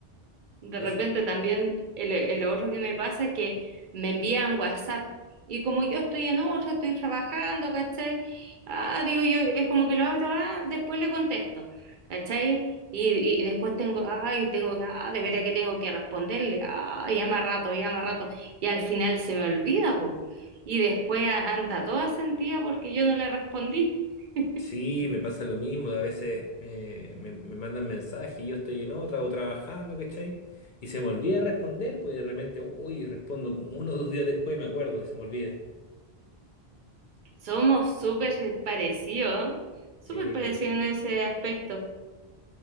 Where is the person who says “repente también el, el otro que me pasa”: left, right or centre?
Right